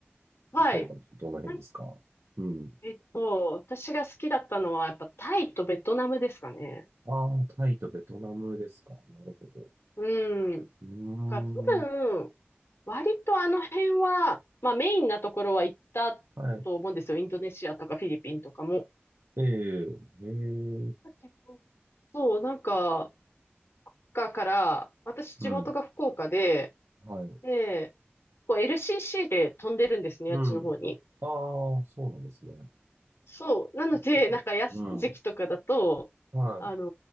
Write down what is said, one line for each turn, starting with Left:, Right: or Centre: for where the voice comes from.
Left: はい。
Right: 例えばど、どの辺ですかうん。
Left: なんかえっと、私が好きだったのはやっぱタイとベトナムですかね。
Right: ああ、タイとベトナムですか。なるほど。
Left: うん。
Right: うーん。
Left: か多分、割とあの辺は、まあメインなところは行ったと思うんですよ。
Right: はい。
Left: インドネシアとかフィリピンとかも。
Right: ええ、へえ。
Left: だけどそう、なんか、岡から、私地元が福岡で、
Right: うん。はい。
Left: で、こう LCC で飛んでるんですね、
Right: うん。
Left: あっちの方に。
Right: ああ、そうなんですね。なる
Left: そう。なので、
Right: ほど。
Left: なんか安い時期とかだと、
Right: うん。は
Left: あの